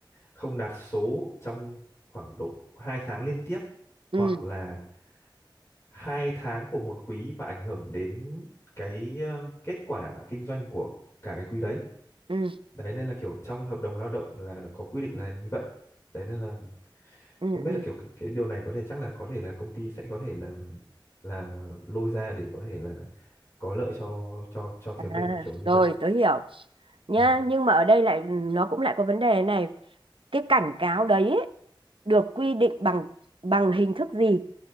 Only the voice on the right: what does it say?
ừ
ừ
ừ
ừ
à
rồi
tớ hiểu nhá
nhưng mà ở đây lại nó cũng lại có vấn đề này cái cảnh cáo đấy ấy, được quy định bằng bằng hình thức gì